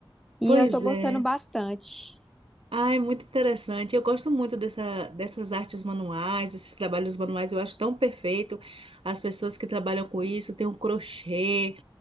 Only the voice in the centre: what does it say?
E
eu tô gostando
bastante.